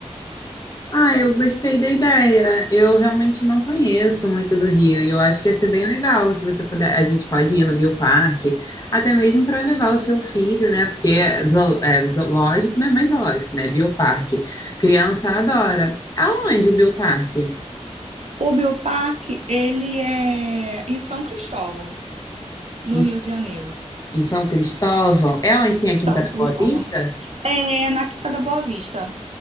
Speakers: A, on the left; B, on the right.
A: Ah, eu gostei da ideia. Eu realmente não conheço muito do Rio e eu acho que ia ser bem legal se você puder. A gente pode ir no Bioparque, até mesmo para levar o seu filho, né? Porque é zoo- é zoológico, né? Mais zoológico, né? Bioparque. Criança adora. É Aonde o Bioparque?
B: O bioparque, ele é em São Cristóvão, no
A: Em,
B: Rio de Janeiro.
A: em São Cristóvão? É onde tem a Quinta
B: São
A: da
B: Cristóvão.
A: Boa Vista?
B: É na Quinta da Boa Vista,